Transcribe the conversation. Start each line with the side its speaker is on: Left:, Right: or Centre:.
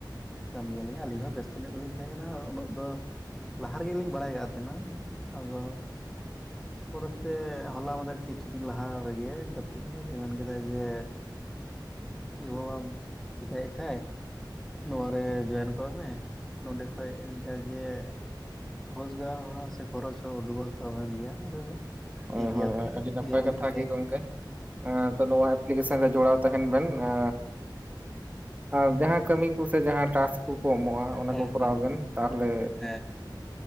Centre: ᱠᱟᱹᱢᱤᱭᱟᱞᱤᱧ ᱟᱹᱞᱤᱧ ᱦᱚᱸ ᱵᱮᱥᱛᱚ ᱧᱚᱜ ᱜᱮᱞᱤᱧ ᱛᱟᱦᱮᱸ ᱠᱟᱱᱟ ᱩᱱᱟᱹᱜ ᱫᱚ ᱞᱟᱦᱟ ᱨᱮᱜᱮᱞᱤᱧ ᱵᱟᱲᱟᱭ ᱟᱠᱟᱫ ᱛᱟᱦᱮᱱᱟ ᱟᱫᱚ ᱯᱚᱨᱮᱛᱮ ᱦᱚᱞᱟ ᱢᱟᱫᱮᱨ ᱠᱤᱪᱷᱩ ᱫᱤᱱ ᱞᱟᱦᱟ ᱨᱮᱜᱮ ᱜᱟᱛᱮ ᱠᱚᱲᱟ ᱜᱮ ᱢᱮᱱ ᱠᱮᱫᱟᱭ ᱡᱮ ᱪᱮᱜ ᱦᱚ ᱵᱟᱢ ᱪᱤᱠᱟᱭᱮᱫ ᱠᱷᱟᱭ ᱱᱚᱣᱟᱨᱮ ᱡᱚᱭᱮᱱ ᱠᱟᱜ ᱢᱮ᱾ ᱱᱚᱰᱮ ᱠᱷᱚᱡ ᱡᱟᱜ ᱜᱮ ᱨᱚᱡᱽᱜᱟᱨ ᱦᱚᱸ ᱥᱮ ᱠᱷᱚᱨᱚᱪ ᱦᱚᱸ ᱩᱰᱩᱠᱚᱜ ᱛᱟᱵᱮᱱ ᱜᱮᱭᱟ᱾ ᱟᱫᱚ ᱴᱷᱤᱠ
Right: ᱦᱳᱭ
Centre: ᱜᱮᱭᱟ
Right: ᱦᱳᱭ
Centre: ᱛᱟᱦᱚᱞᱮ
Right: ᱟ-ᱟᱹᱰᱤ ᱱᱟᱯᱟᱭ
Centre: ᱪᱮᱫ ᱦᱚᱸ ᱵᱟᱹᱞᱤᱧ
Right: ᱠᱟᱛᱷᱟ
Centre: ᱪᱮᱠᱟᱭ
Right: ᱜᱮ ᱜᱚᱢᱠᱮ᱾
Centre: ᱛᱟᱦᱮᱸᱫ
Right: ᱦᱮᱸ ᱛᱚ ᱱᱚᱣᱟ ᱮᱯᱞᱤᱠᱮᱥᱚᱱ ᱨᱮ ᱡᱚᱲᱟᱣ ᱛᱟᱦᱮᱱ ᱵᱮᱱ᱾ ᱟ ᱟᱨ ᱡᱟᱦᱟᱸ ᱠᱟᱢᱤ ᱠᱚ ᱥᱮ ᱡᱟᱦᱟᱸ ᱴᱟᱥᱠ ᱠᱚᱠᱚ ᱮᱢᱚᱜᱼᱟ᱾ ᱚᱱᱟ
Centre: ᱦᱮᱸ
Right: ᱠᱚ ᱠᱚᱨᱟᱣ
Centre: ᱦᱮᱸ
Right: ᱵᱮᱱ ᱛᱟᱦᱚᱞᱮ
Centre: ᱦᱮᱸ